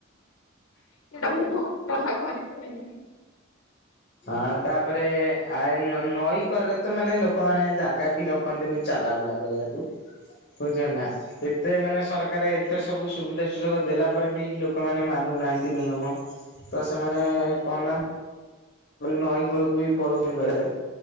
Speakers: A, on the left; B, on the left.
A: ସେଇଟା ମୁଁ ବହୁତ ମନେ ନର୍ଣ୍ଣନା କରିପାରେନି।
B: ହଁ ତାପରେ ଆ ନଈକରରେ ତ ମାନେ ଲୋକମାନୋନ ଜାଗା ବି ରଖନ୍ତିନି ଚାଲା ବୁଲା କରିବାକୁ ବୁଝଚ ନା। ଏତେ ମାନେ ସରକାର ଏତେ ସବୁ ସୁବିଧା ସୁଯୋଗ ଦେଲା ପରେ ବି ଲୋକମାନେ ମାନୁନାହାନ୍ତି ନିୟମ। ତ ସେମାନେ କଣ ନା ନଈ କୂଳକୁ ବି ପଳଉନି ବେଳେଳେ।